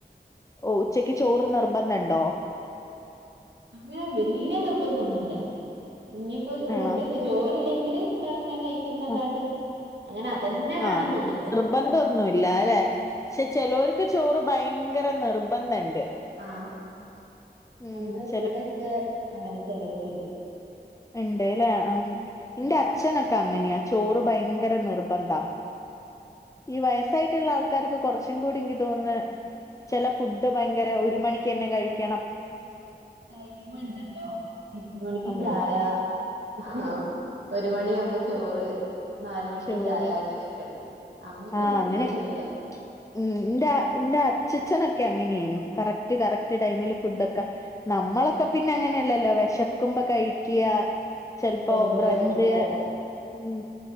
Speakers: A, on the left; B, on the right.
A: ഓഹ് ഉച്ചയ്ക്ക് ചോറ് നിർബന്ധംണ്ടോ
B: അങ്ങനെ വല്യ നിർബന്ധം ഒന്നുല്ല ഇനി ഇപ്പൊ
A: ആണോ
B: ഫുഡ ചോറില്ലെങ്കില് വേറെ എന്തെങ്കിലും കഴിക്കുന്നല്ലാണ്ട്
A: ആഹ്
B: അങ്ങനെ അതന്നെ വേണന്നൊന്നുല്ല
A: ആഹ് ശ്ര നിർബന്ധം ഒന്നുല്ല അല്ലെ പക്ഷെ ചെലോർക്ക് ചോറ് ഭയങ്കര നിർബന്ധണ്ട്
B: ആഹ്
A: ഉം
B: ഞങ്ങളെ
A: ചെലോ
B: ഇവിടൊക്കെ അങ്ങനെ ചെലോർക്കുണ്ട്
A: ഇണ്ട്ലേ ഇന്റെ അച്ഛനൊക്കെ അങ്ങനെയാ ചോറ് ഭയങ്കര നിർബന്ധാ
B: ഉം
A: ഈ വയസ്സായിട്ടുള്ള ആൾക്കാർക്ക് കുറച്ചും കൂടി എനിക്ക് തോന്ന്ന്ന് ചില ഫുഡ് ഭയങ്കര ഒരു മണിക്ക് തന്നെ കഴിക്കും
B: ആഹ് ടൈമ് ഇണ്ടല്ലോ എട്ടുമണിക്ക്
A: ഉം
B: ചായ ആഹ ഒരു മണിയാമ്പൊ ചോറ് നാല് മണിക്ക്
A: ചോറ്
B: ചായ അങ്ങനെ ഒക്കെ ഉണ്ട് നമ്മുക്ക്
A: ആഹ്
B: പിന്നെ അങ്ങനെ
A: അങ്ങനെയൊക്കെ
B: ഒന്നുല്ല
A: ഉം ഇന്റെ ഇന്റെ അച്ചഛനൊക്കെ അങ്ങനെയായിരുന്നു കറക്റ്റ് കറക്റ്റ് ടൈമിൽ ഫുഡൊക്കെ നമ്മളൊക്കെ പിന്നെ അങ്ങനെ അല്ലല്ലോ വെശക്കുമ്പൊ കഴിക്യാ ചെലപോ
B: തോന്നുമ്പോ
A: ബ്രഞ്ച്
B: കഴിക്കാതെ
A: ഉം